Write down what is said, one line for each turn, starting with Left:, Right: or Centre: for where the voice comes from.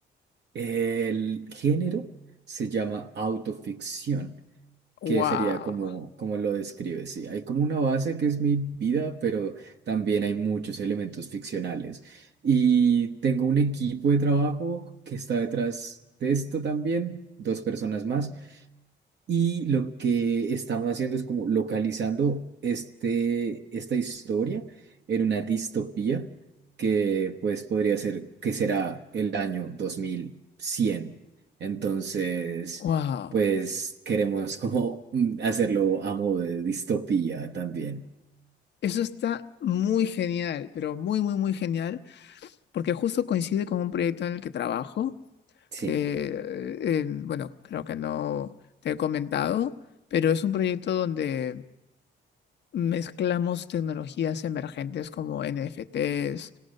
Right: El género se llama autoficción.
Left: Wow.
Right: que sería como, como lo describes, sí. Hay como una base que es mi vida, pero también hay muchos elementos ficcionales. Y tengo un equipo de trabajo que está detrás de esto también, dos personas más. Y lo que estamos haciendo es como localizando este, esta historia en una distopía que pues podría ser que será el año dos mil cien Entonces,
Left: Wow.
Right: pues queremos como mm, hacerlo a modo de distopía también.
Left: Eso está muy genial, pero muy, muy, muy genial, porque justo coincide con un proyecto en el que trabajo
Right: Sí.
Left: que, eh, bueno, creo que no te he comentado, pero es un proyecto donde mezclamos tecnologías emergentes como NFTs,